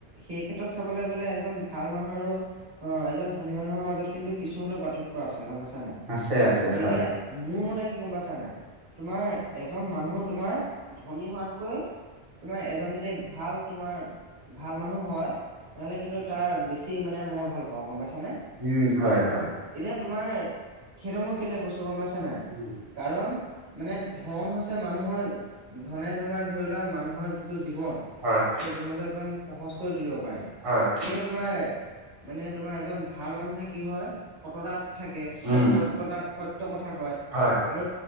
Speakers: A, on the right; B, on the right.
A: সেই ক্ষেত্ৰত চাবলৈ গলে এজন ভাল মানুহ আৰু অ এজন ধনী মানুহৰ মাজত কিন্তু কিছু হলেও পাৰ্থক্য আছে গম পাইছা নাই
B: আছে আছে
A: গতিকে
B: হয়
A: মোৰ মতে কি গম পাইছা নাই তোমাৰ এজন মানুহ তোমাৰ ধনী হোৱাতকৈ তোমাৰ এজন যদি ভাল তোমাৰ ভাল মানুহ হয়, তেনেহলে কিন্তু তাৰ বেছি মানে মই ভাল অ', গম পাইছানে?
B: উম, হয় হয়
A: এতিয়া তোমাৰ সেইতো মই কেলে কৈছোঁ, গম পাইছা নাই?
B: উম,
A: কাৰণ মানে ধন হৈছে মানুহৰ ধনে ধমাৰ ধৰি লোৱা মানুহৰ যিটো জীৱন
B: হয়
A: সেই জীৱনটো একদম সহজ কৰি তুলিব পাৰে
B: হয়
A: কিন্তু তোমাৰ মানে তোমাৰ এজন ভাল মানুহে কি হয়, সততাত থাকে
B: উম,
A: মানে সত্যতা সত্য কথা কয়।
B: হয়।
A: আৰু